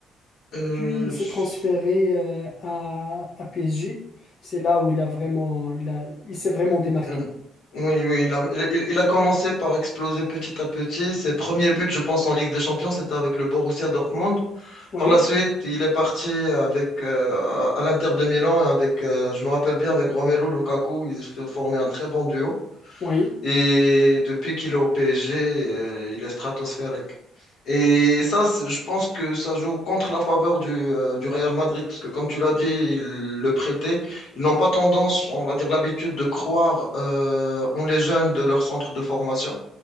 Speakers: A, on the left; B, on the left.
A: Euh,
B: Puis, il s'est
A: je-
B: transféré euh, à, à PSG. C'est là où il a vraiment, il a, il s'est vraiment démarqué.
A: euh, Oui, oui, il a, il, il a commencé par exploser petit à petit. Ses premiers buts, je pense, en Ligue des Champions, c'était avec le Borussia Dortmund.
B: Oui,
A: Par la suite, il est parti avec euh, à l'Inter de Milan et avec, euh, je me rappelle bien, avec Romelu Lukaku, ils se formaient un très bon duo.
B: oui.
A: Et depuis qu'il est au PSG, euh, il est stratosphérique. Et ça, c'est- je pense que ça joue contre la faveur du, euh, du Real Madrid, parce que comme tu l'as dit, ils le prêtaient. Ils n'ont pas tendance, on va dire, l'habitude de croire euh, en les jeunes de leur centre de formation.